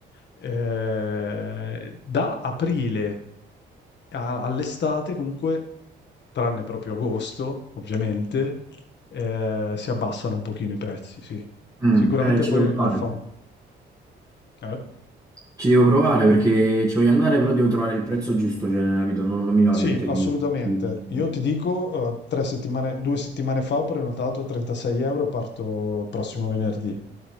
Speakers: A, on the left; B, on the right.
A: Eh, Eh, da aprile a- all'estate, comunque, tranne proprio agosto, ovviamente, eh, si abbassano un pochino i prezzi, sì.
B: mm,
A: Sicuramente
B: eh, ci
A: poi
B: devo provare.
A: la fa... Eh?
B: Ci devo provare perché ci voglio andare, però devo trovare il prezzo giusto, cioè, capito? Non, non mi va
A: Sì,
B: ovviamente
A: assolutamente.
B: di, di-
A: Io ti dico, eh, tre settimane, due settimane fa ho prenotato a 36 euro, parto prossimo venerdì.